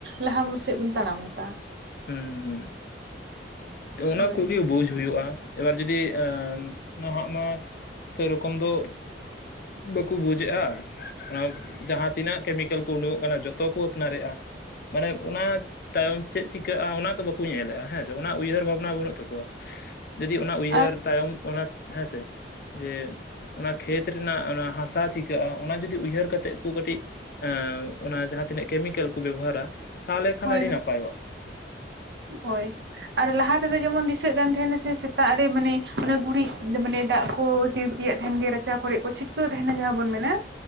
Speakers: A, on the right; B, on the left.
A: ᱞᱟᱦᱟ ᱵᱚ ᱥᱮᱫ ᱵᱚᱱ ᱛᱟᱲᱟᱢᱫᱟ᱾
B: ᱦᱩᱸ ᱦᱩᱸ ᱚᱱᱟ
A: ᱦᱳᱭ
B: ᱠᱚᱜᱮ ᱵᱩᱡᱽ ᱦᱩᱭᱩᱜᱼᱟ, ᱮᱵᱟᱨ ᱡᱩᱫᱤ ᱮᱸ ᱱᱟᱦᱟᱜ ᱢᱟ ᱥᱮᱨᱚᱠᱚᱢ ᱫᱚ ᱵᱟᱠᱚ ᱵᱩᱡᱮᱼᱟ ᱚᱱᱟ ᱡᱟᱦᱟᱸ ᱛᱤᱱᱟᱹᱜ ᱠᱮᱢᱤᱠᱮᱞ ᱠᱚ ᱩᱰᱩᱠᱚᱜ ᱠᱟᱱᱟ ᱡᱚᱛᱚ ᱠᱚ ᱟᱯᱱᱟᱨᱮᱫᱼᱟ᱾ ᱢᱟᱱᱮ ᱚᱱᱟ ᱛᱟᱭᱚᱢ ᱪᱮᱫ ᱪᱤᱠᱟᱹᱜᱼᱟ ᱚᱱᱟ ᱫᱚ ᱵᱟᱠᱚ ᱧᱮᱞᱮᱫᱼᱟ᱾ ᱦᱮᱸᱥᱮ ᱩᱭᱦᱟᱹᱨ ᱵᱷᱟᱵᱱᱟ ᱵᱟᱹᱱᱩᱜ ᱛᱟᱠᱚᱣᱟ ᱡᱩᱫᱤ ᱚᱱᱟ ᱩᱭᱦᱟᱹᱨ
A: ᱟᱨ
B: ᱛᱟᱭᱚᱢ ᱚᱱᱟ ᱦᱮᱸᱥᱮ ᱡᱮ ᱚᱱᱟ ᱠᱷᱮᱛ ᱨᱮᱱᱟᱜ ᱚᱱᱟ ᱦᱟᱥᱟ ᱪᱤ ᱠᱟᱜ-ᱟ, ᱚᱱᱟ ᱡᱩᱫᱤ ᱩᱭᱦᱟᱹᱨ ᱠᱟᱛᱮᱜ ᱠᱚ ᱠᱟᱹᱴᱤᱡ ᱮᱸ ᱚᱱᱟ ᱡᱟᱦᱟᱸ ᱛᱤᱱᱟᱹᱜ ᱠᱮᱢᱤᱠᱮᱞ ᱠᱚ ᱵᱮᱵᱚᱦᱟᱨᱟ ᱛᱟᱦᱚᱞᱮ ᱠᱷᱟᱱ
A: ᱦᱳᱭ
B: ᱟᱹᱰᱤ ᱱᱟᱯᱟᱭᱚᱜᱼᱟ᱾
A: ᱦᱳᱭ ᱟᱨ ᱞᱟᱦᱟ ᱛᱮᱫᱚ ᱡᱮᱢᱚᱱ ᱫᱤᱥᱟᱹᱜ ᱠᱟᱱ ᱛᱟᱸᱦᱮᱱᱟ ᱥᱮ ᱥᱮᱛᱟᱜ ᱨᱮ ᱢᱟᱱᱮ ᱚᱱᱮ ᱜᱩᱨᱤᱡᱽ ᱢᱟᱱᱮ ᱫᱟᱜ ᱠᱚ ᱯᱤᱲᱯᱤᱭᱮᱫ ᱛᱟᱦᱮᱸᱱ ᱜᱮ ᱨᱟᱪᱟ ᱠᱚᱨᱮ ᱠᱚ ᱪᱷᱤᱴᱠᱟᱹᱣ ᱛᱟᱸᱦᱮᱱᱟ ᱡᱟᱦᱟᱸ ᱵᱚᱱ ᱢᱮᱱᱟ